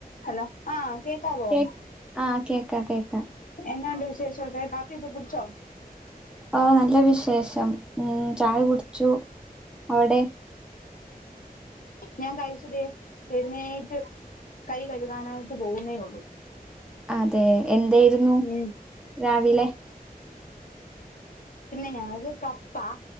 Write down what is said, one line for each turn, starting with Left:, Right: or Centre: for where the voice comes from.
Left: Hello ആ കേക്കാവൊ
Centre: കേ ആഹ് കേക്കാം കേക്കാം
Left: എന്നാണ്ട് വിശേഷമൊക്കെ കാപ്പിയൊക്കെ കുടിച്ചോ
Centre: ആ നല്ല വിശേഷം ഉം ചായ കുടിച്ചു അവിടെ
Left: ഞാൻ കഴിച്ചതേ എഴുന്നേറ്റ് കൈ കഴുകാനായിട്ട് പോകുന്നേ ഉള്ളൂ
Centre: അതെ എന്തായിരുന്നു
Left: ഉം
Centre: രാവിലെ
Left: പിന്നെ ഞങ്ങക്ക് കപ്പ